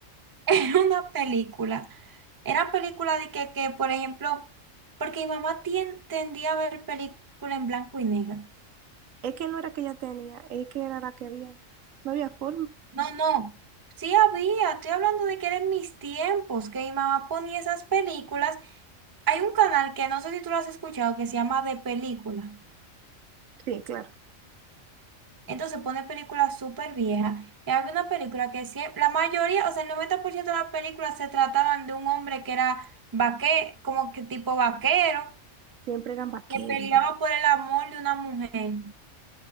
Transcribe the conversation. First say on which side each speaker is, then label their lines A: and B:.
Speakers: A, on the right (about 20°); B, on the right (about 80°).
A: Era una película. Eran película de que, que, por ejemplo, porque mi mamá tien- tendía a ver películas en blanco y negro.
B: Es que no era que ella tenía, es que era la que había. No había forma.
A: No, no. Sí había, estoy hablando de que eran mis tiempos, que mi mamá ponía esas películas. Hay un canal que no sé si tú lo has escuchado que se llama De Película.
B: Sí, claro,
A: Entonces pone películas súper viejas. Y había una película que siempre, la mayoría, o sea, el 90% de las películas se trataban de un hombre que era vaquero, como que tipo vaquero,
B: siempre eran vaqueros.
A: que peleaba por el amor de una mujer.